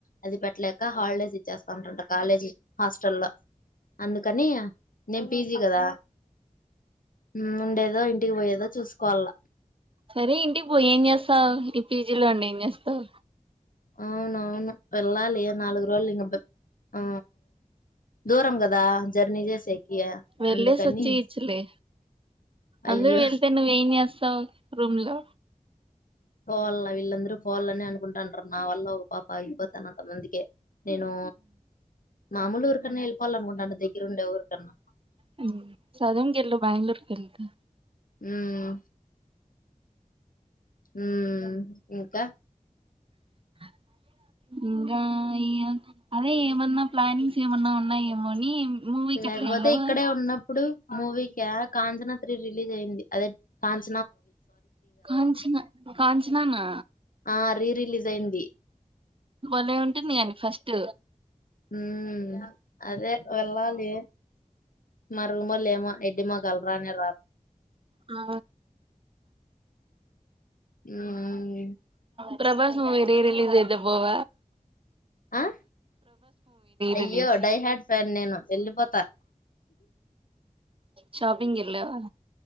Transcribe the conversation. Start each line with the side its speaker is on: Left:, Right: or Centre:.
Left: అది పెట్టలేక హాలిడేస్ ఇచ్చేస్తా అంటంట కాలేజీ హాస్టల్ లో అందుకని నేను పీ జీ కదా ఉమ్మ్ ఉండేదో ఇంటికి పోయేదో చూసుకోవాల
Right: సరే ఇంటి పో ఏం చేస్తావ్ ఈ పీ జి లో ఉండి ఏం చేస్తావు
Left: అవునవును వెళ్ళాలి నాలుగు రోజులు ఇంగ బెబ్ ఆ దూరం కదా జర్నీ చేసేకి
Right: వెళ్లేేసి
Left: అందుకని
Right: వచ్చి ఇచ్చలే
Left: అయ్యో
Right: అందరు వెళ్తే నువ్వేం చేస్తావ్ వస్తావు రూమ్ లో
Left: పోవాల వీళ్ళందరూ పోవాలని అనుకుంటుంటారు నా వల్ల ఒక పాప అగిపోతానంట అందుకే నేను మాములురు అక్కడనా వెళ్ళాల అనుకుంటున్న దగ్గర ఉండే ఊరికన్నా
Right: హ్మ్ సడన్గా గెల్లు బ్యాంగళూరు వెళ్తా
Left: ఉమ్మ్ ఉమ్మ్ ఇంకా
Right: <inaudible> ఉమ్ ఆ ఇయ్యో అదే ఏమన్నా ప్లానింగ్స్ ఏమన్నా ఉన్నాయేమో అని మూవీకి
Left: లేకపోతే
Right: అట్లా వెళ్ళవా
Left: ఇక్కడే ఉన్నప్పుడు మూవీ క కాంచనా త్రీ రిలీజ్ అయింది. అదే కాంచ్
Right: కాంచనా కాంచనానా,
Left: ఆ రీ రిలీజ్ అయింది
Right: బలే ఉంటుంది కానీ ఫస్ట్
Left: హుమ్ అదే వెళ్ళాలి మ రూమ్లు ఏమో ఎడ్డి మొఖాలు రానే రారు
Right: ఆ
Left: ఉమ్మ్
Right: ప్రభాస్ మూవీ రీ రలీస్ అయితే పోవ
Left: ఆ అయ్యో
Right: రిలీజ్
Left: డై హ్యాడ్ ఫ్యాన్ నేను, వెళ్ళిపోతా.
Right: షాపింగ్ ఎలావ